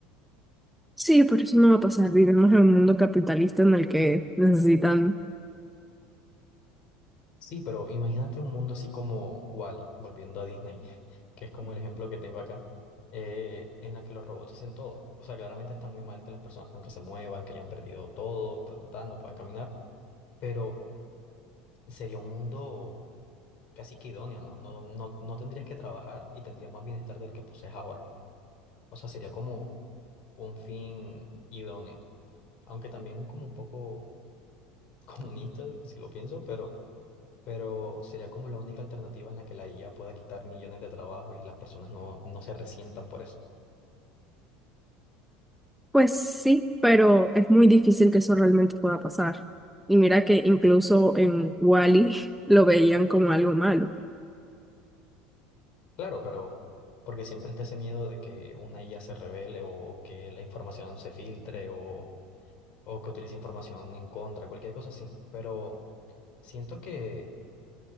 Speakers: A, in the centre; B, on the left (about 55°).
A: Sí, por eso no va a pasar. Vivimos en un mundo capitalista en el que necesitan
B: Sí, pero imagínate un mundo así como Wall-E, volviendo a Disney, <laughs> que es como el ejemplo que tengo acá, eh, en la que los robots hacen todo. O sea, claramente está muy mal que las personas nunca se muevan, que hayan perdido todo, ta, ta, ta, no puedan caminar, pero sería un mundo casi que idóneo, ¿no? No, no, no tendrías que trabajar y tendrías más bienestar del que posees ahora. O sea, sería como un fin idóneo, aunque también como un poco <laughs> comunista, si lo pienso, pero, pero sería como la única alternativa en la que la IA pueda quitar millones de trabajos y las personas no, no se resientan por eso.
A: Pues sí, pero es muy difícil que eso realmente pueda pasar. Y mira que incluso en Wally <laughs> lo veían como algo malo.
B: Claro, pero porque siempre está ese miedo de que una IA se revele o que la información se filtre o, o que utilice información en contra, cualquier cosa así, pero... Siento que